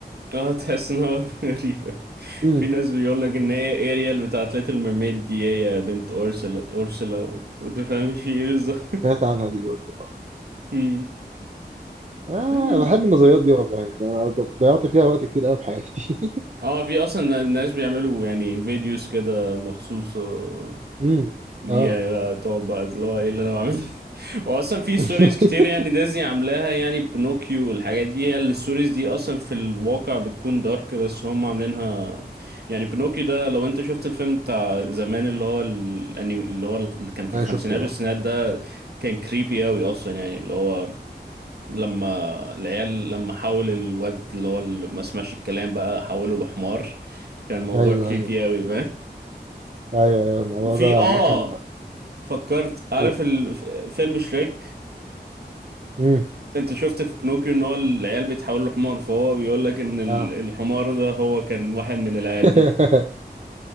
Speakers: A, on the right (about 65°); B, on the right (about 40°).
A: اه تحس ان هو <laughs> غريبة
B: امم
A: في ناس بيقول لك ان هي اريال بتاعت ليتل ميرميد دي هي بنت اورسلا اورسلا و- وتفهمش في ايه بالظبط
B: سمعت عنها دي برضه
A: <laughs> امم
B: اه
A: يعني
B: أنا بحب النظريات دي والله يعني انا ض- ضيعت فيها وقت كتير قوي في حياتي
A: اه في اصلا ناس بيعملوا يعني فيديوز كده مخصوص آه،
B: <laughs> امم
A: ليها
B: اه
A: بقى تقعد بقى اللي هو ايه اللي انا بعمله <laughs> هو اصلا في
B: <laughs>
A: ستوريز كتير يعني ديزني عاملاها يعني بنوكيو والحاجات دي هي الستوريز دي اصلا في الواقع بتكون دارك بس هم عاملينها يعني بنوكيو ده لو انت شفت الفيلم بتاع زمان اللي هو الانمي اللي هو اللي كان في
B: انا
A: الخمسينات
B: شفته
A: والستينات
B: اه
A: ده كان كريبي قوي اصلا يعني اللي هو لما العيال لما حول الواد اللي هو اللي ما سمعش الكلام بقى حوله لحمار كان الموضوع
B: ايوه
A: كريبي
B: ايوه
A: قوي
B: ايوه أيوة، الموضوع
A: وفي
B: ده
A: اه
B: عامة
A: فكرت عارف
B: قول
A: ال- فيلم شريك
B: امم
A: انت شفت في بنوكيو ان هو العيال بيتحولوا لحمار فهو بيقول لك ان ال-
B: اه
A: الحمار ده هو كان واحد من العيال
B: <laughs>
A: دي